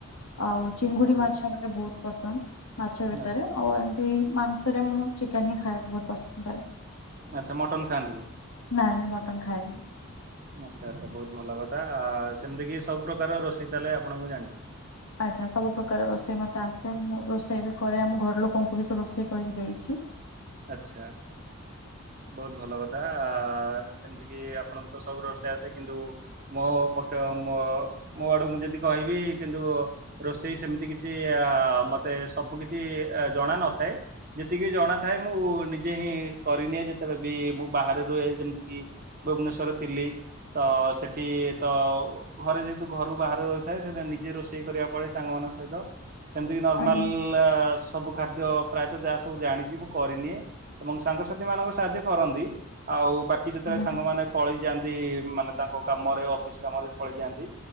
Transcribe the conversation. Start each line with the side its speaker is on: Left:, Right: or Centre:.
Left: ଆଉ ଚିଙ୍ଗୁଡି
Right: ହୁଁ ହୁଁ
Left: ମାଛ ମତେ ବୋହୁତ୍ ପସନ୍ଦ୍ ମାଛ ଭିତରେ
Right: ଆଚ୍ଛା
Left: ଆଉ ଏମତି ମାଂସରେ ମୁଁ ଚି କେନ୍ ହିଁ ଖାଇବାକୁ ବୋହୁତ୍ ପସନ୍ଦ୍ କରେ
Right: ଆଚ୍ଛା ମଟନ ଖାଆନ୍ତିନି?
Left: ନାଇଁ ମୁଁ ମଟନ୍ ଖାଏନି।
Right: ଆଚ୍ଛା ଆଚ୍ଛା ବୋହୁତ୍ ଭଲ କଥା ଆ ସେମିତି କିି ସବୁ ପ୍ରକାରର ରୋଷେଇ ତାହଲେ ଆପଣଙ୍କୁ ଜାଣିଛନ୍ତି।
Left: ଆଜ୍ଞା ସବୁ ପ୍ରକାର ରୋଷେଇ ମୋତେ ଆସେ ମୁଁ ରୋଷେଇ ବି କରେ ଆମ ଘର ଲୋକଙ୍କୁ ବି ସବୁ ରୋଷେଇ କରି ଦେଇଛି।
Right: ଆଚ୍ଛା ଆଛା ବୋହୁତ୍ ଭଲ କଥା ଆ ଯେ ଯେମିତି କିି ଆପଣଙ୍କୁ ତ ସବୁ ରୋଷଇ ଆସେ କିନ୍ତୁ ମୋ ପକ୍ଷେ ମୋ ଆଡୁ ମୁଁ ଯଦି କହିବି କିନ୍ତୁ ରୋଷେଇ ସେମିତି କିଛି ଅଆ ମତେ ସବୁ କିଛି ଜଣା ନଥାଏ ଯେତିକି ଜଣା ଥାଏ ମୁଁ ନିଜେ ହିଁ କରିନିଏ ଯେତେବେଳେ ବି ମୁଁ ବାହାରେ ରୁହେ ଯେମିତି କିି ଭୁବନେଶୂର ଥିଲି। ତ ସେଠି ତ ଘରେ ଯେହେତୁ ଘରୁ ବାହାରେ ରହିଥାଏ ସେ ନିଜେ ରୋଷେଇ କରିବା ପଡେ ସାଙ୍ଗମାନ ସହ ହିତ ସେମିତି କି ନର୍ମାଲ
Left: ଆଜ୍ଞା
Right: ସବୁ ଖାଦ୍ୟ ପ୍ରାୟତଃ ଯାହା ସବୁ ଜାଣିଛି ମୁଁ କରିନିଏ ଏବଂ ସାଙ୍ଗସାଥି ମାନଙ୍କ ସାହାଯ୍ୟ କରନ୍ତି ଆଉ ବାକି ଯେତେବେ
Left: ଆଜ୍ଞା
Right: ସାଙ୍ଗମାନେ ପଳେଇଯାଆନ୍ତି ମାନେ ତାଙ୍କ କାମରେ ଅଫିସ୍ କାମରେ ପଳେଇଯାଆନ୍ତି